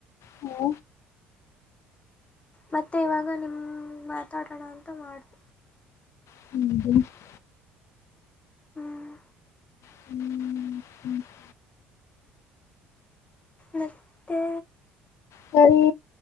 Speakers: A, on the left; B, on the left.
A: ಹೂ
B: ಮತ್ತೆ ಇವಾಗ ನಿಮ್ಮ ಮಾತಾಡೋಣ ಅಂತ ಮಾಡಿದೆ
A: <inaudible>
B: ಹ್ಮ್
A: <inaudible>
B: ಮತ್ತೆ
A: ಸರಿ